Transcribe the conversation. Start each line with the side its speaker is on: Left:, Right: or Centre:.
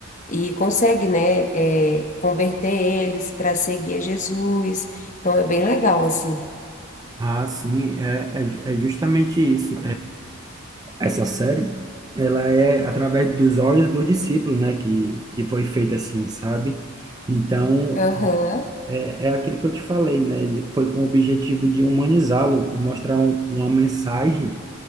Left: e consegue, né, é, converter eles para seguir a Jesus, então é bem legal, assim.
Right: Ah, sim, é, é, é justamente isso. Essa série, ela é através dos olhos dos discípulos, né? Que, que foi feita assim, sabe? Então,
Left: Aham.
Right: é, é aquilo que eu te falei, né? Ele foi com o objetivo de humanizá-lo e mostrar um- uma mensagem